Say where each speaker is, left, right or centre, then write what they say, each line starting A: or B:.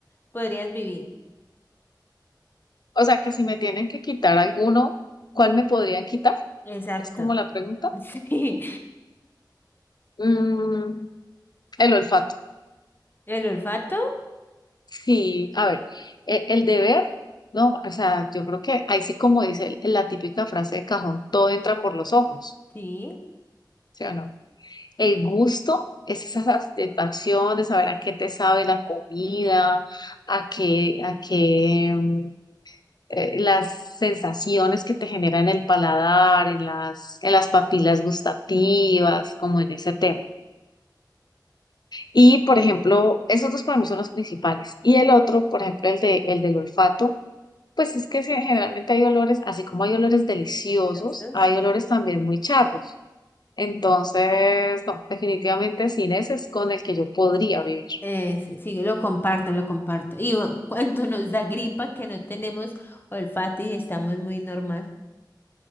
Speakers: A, on the left; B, on the left.
A: podrías vivir?
B: O sea, que si me tienen que quitar alguno, ¿cuál me podrían quitar?
A: Exacto.
B: Es como la pregunta.
A: <laughs> Sí.
B: Mm, el olfato.
A: ¿El olfato?
B: Sí, a ver, e- el deber, no, o sea, yo creo que ahí sí como dice la típica frase de cajón, todo entra por los ojos,
A: Sí.
B: ¿sí o no? El gusto es esa satisfacción de saber a qué te sabe la comida, a qué, a qué mm, eh, las sensaciones que te generan el paladar, en las, en las papilas gustativas, como en ese tema. Y, por ejemplo, esos dos para mí son los principales. Y el otro, por ejemplo, el de, el del olfato. Pues es que sí, generalmente hay olores, así como hay olores deliciosos,
A: Gracias.
B: hay olores también muy charros. Entonces, no, definitivamente sin ese es con el que yo podría vivir.
A: es sí, lo comparto, lo comparto. Y u- cuando nos da gripa que no tenemos olfato y estamos muy normal.